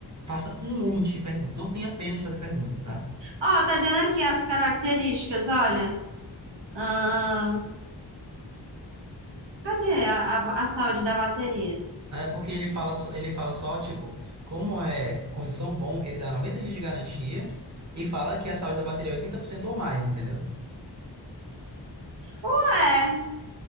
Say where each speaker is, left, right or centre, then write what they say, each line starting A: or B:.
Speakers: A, on the right (about 40°); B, on the right (about 85°).
A: Faça um monte de perguntas. Não tenha pena de fazer pergunta, tá?
B: Ó, tá dizendo aqui as características, olha. Ahn, cadê a, a, a saúde da bateria?
A: É porque ele fala, só- ele fala só, tipo, como é condição bom, ele dá 90 dias de garantia e fala que a saúde da bateria é 80% ou mais, entendeu?
B: Ué,